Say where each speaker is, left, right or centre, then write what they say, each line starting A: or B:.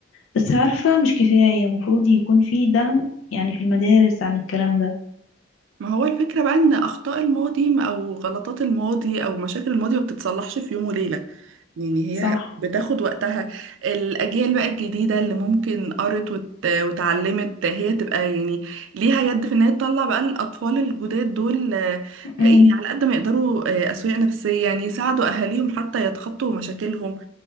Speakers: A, on the left; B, on the right.
A: بس عارفة مش كفاية المفروض يكون في دعم يعني في المدارس عن الكلام ده
B: ما هو الفكره بقى ان اخطاء الماضي او غلطات الماضي او مشاكل الماضي ما بتتصلحش في يوم وليله يعني هي
A: صح
B: ح- بتاخد وقتها الأجيال بقى الجديدة اللي ممكن قرت وت- وتعلمت هي تبقى يعني ليها يد في إن هي تطلع بقى الأطفال الجداد دول آه، يعني
A: امم
B: على قد ما يقدروا آه، أسوية نفسية يعني يساعدوا أهاليهم حتى يتخطوا مشاكلهم